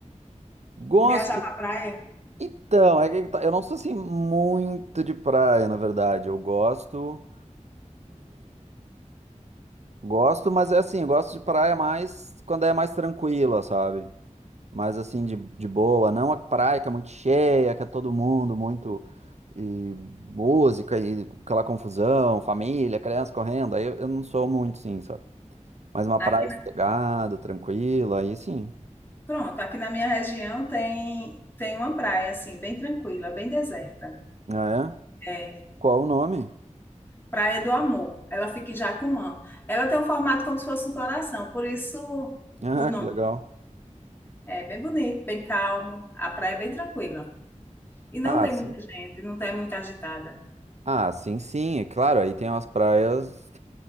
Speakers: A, on the right; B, on the left.
A: Gosto.
B: De viajar para praia?
A: Então, é que tá- eu não sou assim muito de praia, na verdade. Eu gosto, gosto, mas é assim, eu gosto de praia mais quando é mais tranquila, sabe? Mais assim de, de boa, não a praia que é muito cheia, que é todo mundo muito e música e aquela confusão, família, criança correndo. Aí eu, eu não sou muito, sim, sabe? Mas uma
B: Aqui,
A: praia
B: na-
A: sossegada, tranquila, aí sim.
B: pronto, aqui na minha região tem tem uma praia assim, bem tranquila, bem deserta.
A: Ah, é?
B: É
A: Qual o nome? <laughs>
B: Praia do Amor. Ela fica em Jacumã. Ela tem um formato como se fosse um coração, por isso
A: Ah,
B: o nome.
A: que legal.
B: É bem bonito, bem calmo. A praia é bem tranquila. E não
A: Ah,
B: tem
A: sim.
B: muita gente, não tem muita agitada.
A: Ah, sim, sim. É claro, aí tem umas praias,